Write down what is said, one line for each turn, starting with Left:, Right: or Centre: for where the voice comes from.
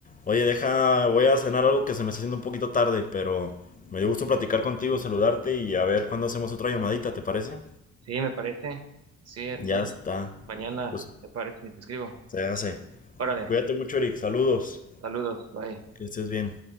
Left: Oye, deja, voy a cenar algo que se me está haciendo un poquito tarde, pero me dio gusto platicar contigo, saludarte y a ver cuándo hacemos otra llamadita, ¿te parece?
Right: Sí, me parece. Sí, entonces
Left: Ya está.
Right: mañana
Left: Pues
Right: te parece si te escribo.
Left: se hace.
Right: Órale,
Left: Cuídate mucho, Eric. Saludos.
Right: saludos, bye.
Left: Que estés bien.